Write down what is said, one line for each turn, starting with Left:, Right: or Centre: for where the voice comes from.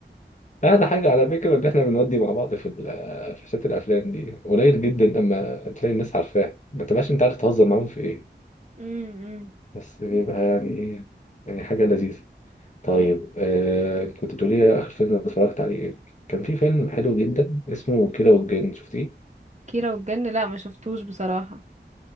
Left: أعلى حاجة على فكرة إن إحنا بنودي مع بعض في ال- في شات الأفلام دي قليل جدا لما تلاقي الناس عارفاها ما تبقاش أنت عارف تهزر معاهم في إيه
Right: امم
Left: بس بيبقى يعني إيه يعني حاجة لذيذة طيب آه كنت بتقولي لي آخر فيلم اتفرجت عليه إيه كان في فيلم حلو جدا اسمه كيرة والجن شفتيه؟
Right: كيرة والجن لا ما شفتوش بصراحة